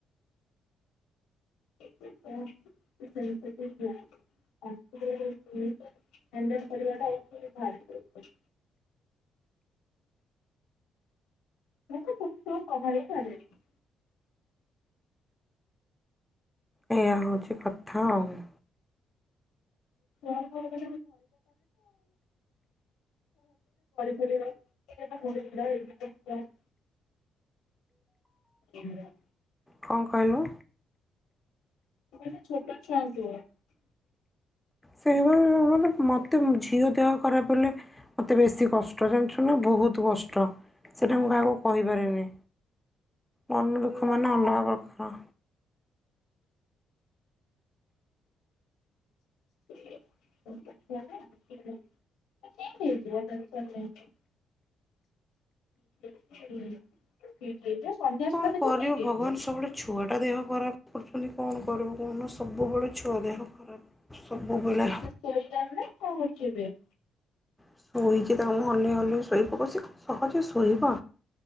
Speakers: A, on the left; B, in the centre.
A: କରିବା <unintelligible> ମୁ ଖ ସଭାର ଚାଲେ <unintelligible>
B: ଏଇଆ ହଉଛି କଥା ଆଉ-
A: ଆଉ ଗ ଫେିବ <unintelligible>
B: କଣ କହିଲୁ?
A: େ ଛୋଟା ଛୁଆ ଙ୍କୁ <unintelligible>
B: ସେ <unintelligible> ମତେ ଝିଅ ଦେହ ଖରାପ ହେଲେ, ମତେ ବେଶୀ କଷ୍ଟ ଜାଣିଛୁ ନା, ବହୁତ କଷ୍ଟ ସେଟା ମୁଁ କାହାକୁ କହିପାରେନି ମନ ଦୁଃଖ ମାନ ଅଲଗ ପ୍ରଖ <unintelligible>
A: <inaudible> <inaudible>
B: କଣ
A: ତାକୁ
B: କରିବୁ
A: ଠିକ୍ ହେଇଯିବ।
B: ଭଗବାନ ସବୁବେଳେ ଛୁଆଟା ଦେହ ଖରାପ କରୁଛନ୍ତି। କଣ କରିବୁ କହୁନୁ, ସବୁବେଳେ ଛୁଆ ଦେହ ଖରାପ। ସବୁବେଳେ।
A: ଶୋଇଲାଣି କଣ କରୁଛିି ଏବେ <unintelligible>
B: ଶୋଇଛି ତାକୁ ମୁ ହଲେେଇ ହଲେଇ ଶୋଇବାକ ସହଜେ ଶୋଇବ,